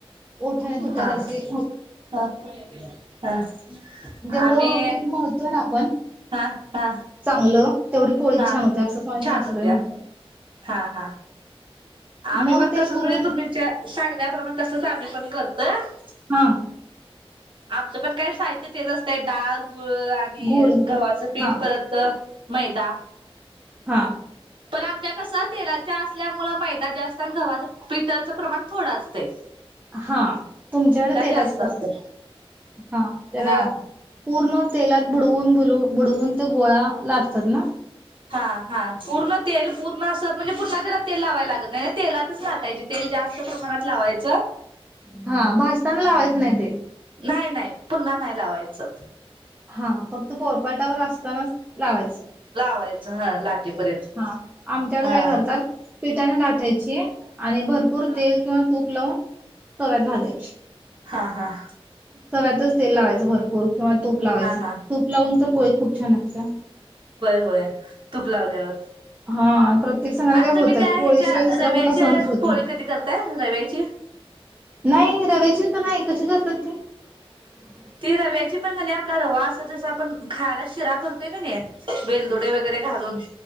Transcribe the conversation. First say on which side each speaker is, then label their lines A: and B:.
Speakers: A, on the right (about 15°); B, on the right (about 55°).
A: ओठाण तुटल
B: हा
A: अशी,
B: <unintelligible> हा
A: जेवढं
B: आम्ही
A: पीठ मळतो ना आपण
B: हा हा
A: चांगलं तेवढी पोळी
B: हा
A: छान होते असंच माझ्या
B: छान
A: सासूबाई
B: होत्या
A: म्हणतात.
B: हा हा
A: मग
B: आम्ही पण
A: ते
B: तसच
A: पुरण
B: म्हणजे तुम्ही ज्या सांगण्याप्रमाणे तसच आम्ही पण करतो. <unintelligible>
A: हा
B: आमचं पण काही साहित्य ते असत डाळ गुळ आणि
A: गुळ
B: गव्हाचं पीठ
A: हां.
B: परत मैदा.
A: हा
B: पण आमच्या कस तेलाच्या असल्या मुळे मैदा जास्त आणि गव्हाच पीठाचं प्रमाण थोडं असते.
A: हा तुमच्याकडे तेलाची
B: जास्त
A: करतात.
B: असतोय
A: हा त्याला
B: हा
A: पूर्ण तेला बुडवून बुल बुडवून ते गोळा लाटतात ना.
B: हा हा पूर्ण तेल पूर्ण अस म्हणजे पुन्हा त्याला तेल लावायला लागत नाही ना तेलातच लााटायचे तेल जास्त प्रमाणात लावायचं.
A: हा भाजताना लावायचं नाही ते.
B: नाही नाही पुन्हा नाही लावायचं.
A: हा फक्त पोळपाटावर असतानाच लावायच.
B: लावायचं हा लाटेपर्यंत
A: हां. आमच्याकडे
B: हा
A: काय करतात पिठाने लाटायची आणि भरपूर
B: हा
A: तेल किंवा तूप लवंग तव्यात भाजायची.
B: हा हा-
A: तव्यातच तेल लावायचं भरपूर किंवा तूप लावायचं
B: हा हा
A: तूप लावून तर होय खूप छान लागत.
B: होय होय तूप लावल्यावर.
A: हा परत प्रत्येक सणाला
B: आणि
A: काय होतात
B: तुम्ही त्या
A: पोळीशिवाय
B: ह्याच्या
A: दुसरा
B: रव्याच्या
A: कुठला सणच होत
B: पोळी कधी करताय रव्याची
A: नाही रव्याची तर नाही कशी करत <unintelligible>
B: ती रव्याची पण आणि आपला रवा अस जस आपण खायला शिरा करतेय का नाही वेल दोडे वगैरे घालून